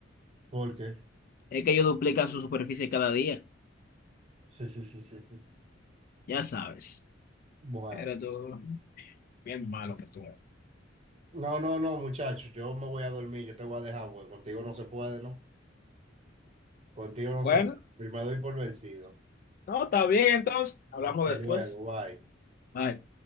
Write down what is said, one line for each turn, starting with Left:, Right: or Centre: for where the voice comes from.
Right: Porque,
Left: Es que ellos duplican su superficie cada día,
Right: Sí, sí, sí, sí, sí. sí.
Left: ya sabes.
Right: bueno.
Left: Pero tú, bien malo que tú eres.
Right: No, no, no, muchachos, yo me voy a dormir, yo te voy a dejar, porque contigo no se puede, ¿no? Contigo, José,
Left: Bueno,
Right: me doy por vencido.
Left: no, está bien entonces. Hablamos
Right: Hasta
Left: después.
Right: luego, bye.
Left: Bye.